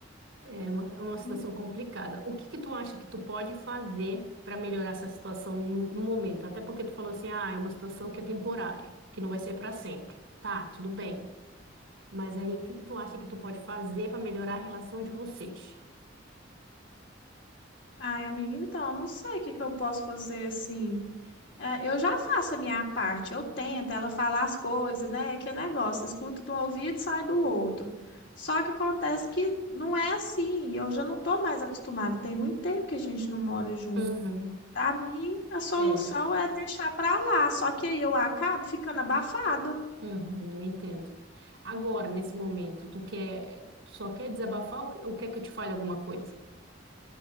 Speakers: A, on the right (about 85°); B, on the left (about 65°).
A: É uma, é uma situação
B: Não-
A: complicada. O que que tu acha que tu pode fazer para melhorar essa situação no, no momento? Até porque tu falou assim, ah, é uma situação que é temporária, que não vai ser para sempre. Tá, tudo bem. Mas aí, o que que tu acha que tu pode fazer para melhorar a relação de vocês?
B: Ai, amiga, então, não sei o que que eu posso fazer assim. É, eu já faço a minha parte, eu tento, ela fala as coisas, né? É aquele negócio, escuta de um ouvido e sai do outro. Só que acontece que não é assim, eu já não tô mais acostumada, tem muito tempo que a gente não mora junto.
A: Uhum,
B: Pra mim, a solução
A: é,
B: é deixar pra lá, só que aí eu acabo ficando abafada.
A: uhum, eu entendo. Agora, nesse momento, tu quer, tu só quer desabafar ou ou quer que eu te fale alguma coisa?